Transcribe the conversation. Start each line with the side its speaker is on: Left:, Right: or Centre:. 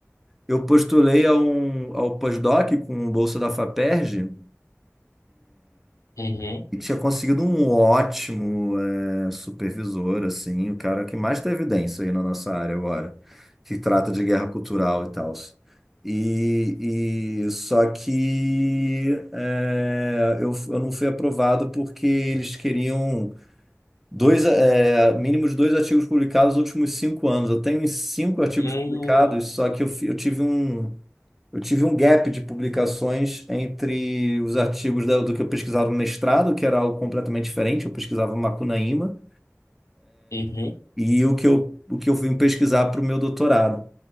Centre: eu postulei a um, ao pós-doc com bolsa da FAPERJ
Left: Uhum.
Centre: e tinha conseguido um ótimo eh, supervisor, assim, o cara que mais tem evidência aí na nossa área agora, que trata de guerra cultural e tal. E, e só que eh, eu, eu não fui aprovado porque eles queriam Dois, é, mínimo de dois artigos publicados nos últimos cinco anos. Eu tenho uns cinco artigos
Left: Uhum.
Centre: publicados, só que eu, fi- eu tive um, eu tive um gap de publicações entre os artigos da- do que eu pesquisava no mestrado, que era algo completamente diferente, eu pesquisava Macunaíma,
Left: Uhum.
Centre: e o que eu, o que eu vim pesquisar para o meu doutorado.